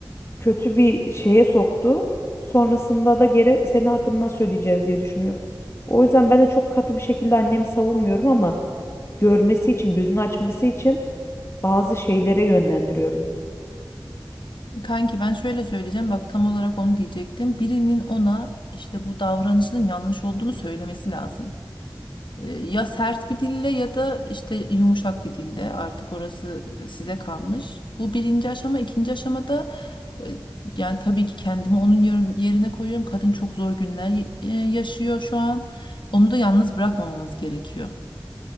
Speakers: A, on the left; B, on the left.
A: kötü bir şeye soktu. Sonrasında da geri senin hakkını nasıl ödeyeceğiz diye düşünüyor. O yüzden ben de çok katı bir şekilde annemi savunmuyorum ama görmesi için, gözünü açması için bazı şeylere yönlendiriyorum.
B: Kanki ben şöyle söyleyeceğim bak tam olarak onu diyecektim. Birinin ona işte bu davranışının yanlış olduğunu söylemesi lazım. Ee, Ya sert bir dille ya da işte yumuşak bir dille artık orası e, size kalmış. Bu birinci aşama. ikinci aşamada e, yani tabii ki kendimi onun yer- yerine koyuyorum. Kadın çok zor günler y- e, yaşıyor şu an. Onu da yalnız bırakmamanız gerekiyor.